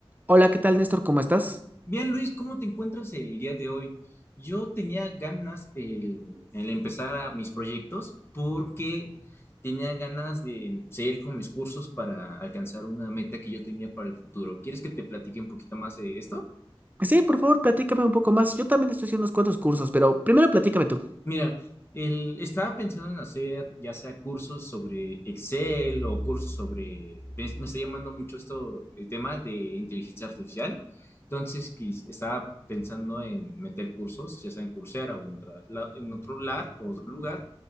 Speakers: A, on the right; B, on the left.
A: Hola, ¿qué tal, Néstor? ¿Cómo estás?
B: Bien, Luis, ¿cómo te encuentras el día de hoy? Yo tenía ganas el, el empezar a mis proyectos porque tenía ganas de seguir con mis cursos para alcanzar una meta que yo tenía para el futuro. ¿Quieres que te platique un poquito más de esto?
A: Sí, por favor, platícame un poco más. Yo también estoy haciendo unos cuantos cursos, pero primero platícame tú.
B: Mira, el, estaba pensando en hacer ya sea cursos sobre Excel o cursos sobre, me, me está llamando mucho esto, el tema de inteligencia artificial. Entonces, quis- estaba pensando en meter cursos, ya sea en Coursera o en, otra, la- en otro lugar, otro lugar,